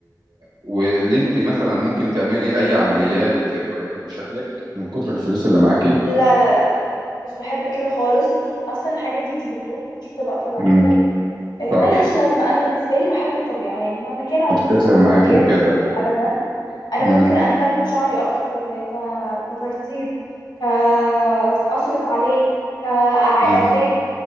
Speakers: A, on the right (about 80°); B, on the left (about 80°).
A: واللي انت مثلا ممكن تعملي اي عمليات تغيري من شكلك من كتر الفلوس اللي معاكي
B: لا لا لا لا مش بحب كده خالص مش أصلا الحاجات دي مش بتدوم مش بتبقى طبيعية
A: امم
B: آه،
A: صح
B: ملهاش لازمة أنا بالنسبة لي بحب الطبيعة يعني مهما كان عمري
A: اتفق
B: ما هعمل
A: معاكي
B: عمليات
A: في كده
B: تجميل أبدا انا
A: امم
B: ممكن اهتم بشعري اكتر ك... كترطيب ك اصرف عليه كعلاج
A: امم